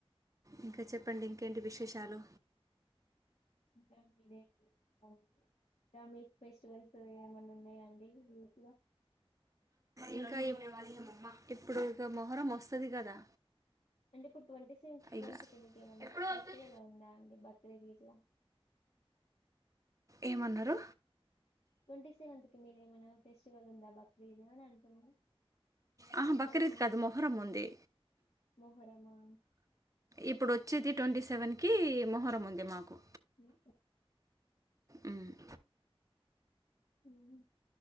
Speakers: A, on the right (about 30°); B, on the left (about 85°).
A: ఇంకా చెప్పండి ఇంకేంటి విశేషాలు
B: ఇంకా <unintelligible> ఫ్యామిలీ ఫెస్టివల్స్ ఏమన్నా ఉన్నాయాండి ఈ వీక్లో
A: ఇంకా ఇప్పు ఇప్పుడు ఇక మొహరం వస్తది కదా
B: అంటే ఇప్పుడు ట్వంటీ సె ట్వంటీ
A: ఇక
B: కేమన్న
A: ఎప్పుడు
B: ఫెస్టివల్
A: వస్తాయి
B: ఉందా అండి బక్రీద్ గిట్ల
A: ఏమన్నారు
B: ట్వంటీ సెవెంత్ కి మీదేమైనా ఫెస్టివల్ ఉందా బక్రీదు అని అంటున్నా
A: ఆహా, బక్రీద్
B: అయితే
A: కాదు మొహరం ఉంది
B: మోహరమా
A: ఇప్పుడు వచ్చేది ట్వంటీ సెవెంత్ కి మొహరం ఉంది మాకు
B: ఉహు
A: ఉమ్
B: ఉమ్